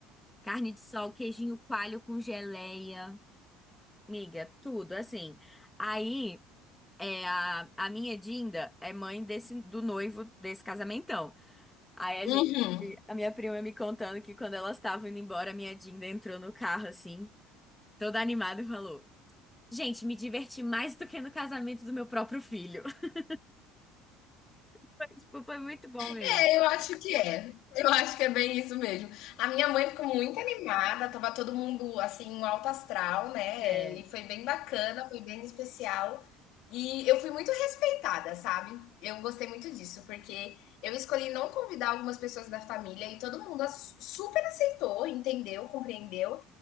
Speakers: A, in the centre; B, on the left.
A: Carne de sol, queijinho coalho com geleia. Miga, tudo assim. Aí, é, a, a minha Dinda é mãe desse, do noivo desse casamentão. Aí a
B: Uhum.
A: gente, a minha prima me contando que quando elas estavam indo embora, a minha Dinda entrou no carro assim, toda animada e falou: "Gente, me diverti mais do que no casamento do meu próprio filho". <laughs> Foi, Tipo, foi muito bom mesmo.
B: É, eu acho que é. Eu acho que é bem isso mesmo. A minha mãe ficou muito animada, tava todo mundo assim, um alto astral, né?
A: É.
B: E foi bem bacana, foi bem especial. E eu fui muito respeitada, sabe? Eu gostei muito disso, porque eu escolhi não convidar algumas pessoas da família e todo mundo as- super aceitou, entendeu, compreendeu.